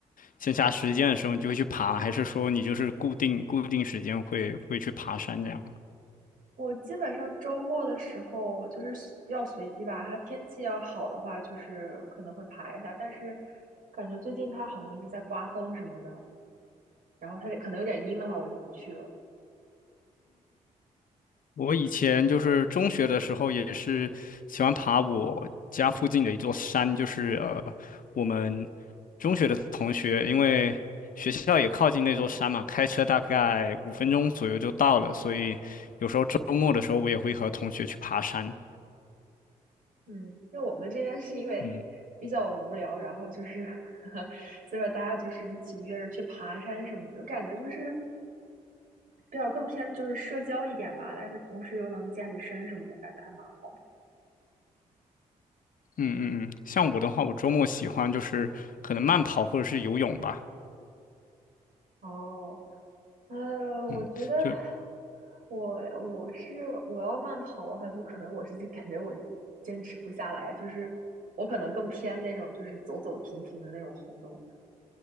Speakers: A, on the left; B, on the right.
A: 闲暇时间的时候，你就会去爬，还是说你就是固定固定时间会会去爬山这样？
B: 我基本上周末的时候就是随比较随机吧，它天气要好的话，就是可能会爬一下，但是感觉最近它好像一直在刮风什么的，然后它这可能有点阴的话，我就不去了。
A: 我以前就是中学的时候，也是喜欢爬我家附近的一座山，就是呃，我们中学的同学，因为学校也靠近那座山嘛，开车大概五分钟左右就到了，所以有时候周末的时候，我也会和同学去爬山。
B: 嗯，因为我们这边是因为
A: 嗯
B: 比较无聊，然后就是 <laughs> 所以说大家就是一起约着去爬山什么的，感觉就是比较更偏就是社交一点吧，但是同时又能健着身什么的，感觉还蛮好。的。
A: 嗯嗯嗯，像我的话，我周末喜欢就是可能慢跑或者是游泳吧。
B: 哦，呃，我觉得
A: 嗯，就
B: 我我是我要慢跑的话，就可能我是就感觉我坚持不下来，就是我可能更偏那种就是走走停停的那种活动。